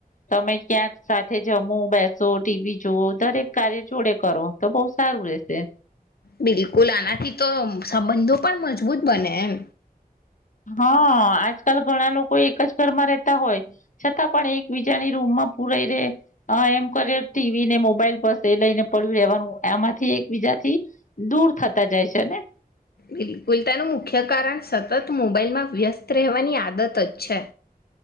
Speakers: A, on the left; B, on the left.
A: તમે ક્યાંક સાથે જમો બેસો ટીવી જોવો દરેક કાર્ય જોડે કરો તો બહુ સારું રશે.
B: બિલકુલ આનાથી તો સંબંધો પણ મજબૂત બને એમ.
A: હા આજકાલ ઘણા લોકો એક જ ઘરમાં રહેતા હોય છતાં પણ એકબીજાની રૂમમાં પૂરાઈ રે એમ કરે ટીવી ને મોબાઈલ પરસે એ લઈને પડ્યું રેવાનું આમાંથી એકબીજા થી દૂર થતા જાય છે ને.
B: બિલકુલ તેનું મુખ્ય કારણ સતત મોબાાઈલમાં વ્યસ્ત રહેવાની આદત જ છે.